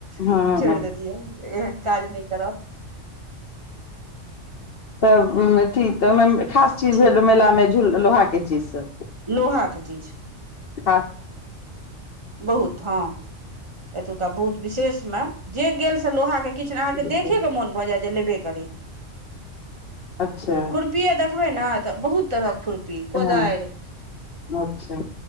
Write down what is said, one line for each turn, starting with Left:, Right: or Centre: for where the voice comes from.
Left: हँ
Right: छोड़ि देलियै एहन काज नइ करब
Left: तऽ अथी तऽ ओइमे खास चीज
Right: छै
Left: भेल मेलामे झूल लोहा के चीज सब
Right: लोहाके चीज
Left: हँ
Right: बहुत हँ एतुक्ता बहुत विशेषमे जे गेल से लोहाके किछु नै
Left: सब
Right: अहाँके देखेकेऽ मोन भऽ जायत जे लेबे करि
Left: अच्छा
Right: खुरपिए देखबै ने तऽ बहुत तरहक खुरपी कोदारि
Left: हँ अच्छा